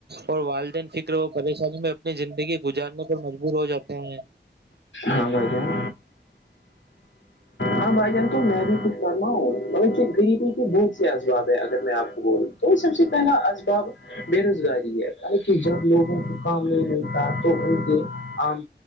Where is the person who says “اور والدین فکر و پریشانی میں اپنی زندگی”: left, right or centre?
Right